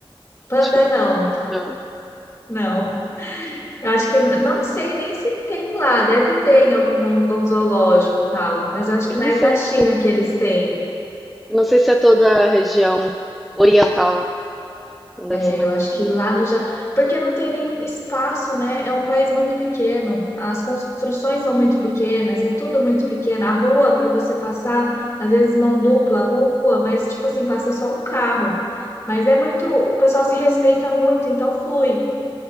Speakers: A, on the left; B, in the centre.
A: panda
B: Desculpa.
A: não,
B: Não.
A: não. Eu acho que não sei nem se tem lá, deve ter em algum, algum zoológico e tal, mas eu acho
B: Eu
A: que mais
B: não sei
A: na China
B: se,
A: que eles têm.
B: eu não sei se é toda a região oriental. Então deve
A: É,
B: ser mais.
A: Eu acho
B: assim.
A: que lá no Japão, porque não tem nem espaço, né? É um país muito pequeno, as construções são muito pequenas, é tudo muito pequeno. A rua para você passar, às vezes mão dupla, rua, mas tipo assim, passa só um carro. Mas é muito, o pessoal se respeita muito, então flui.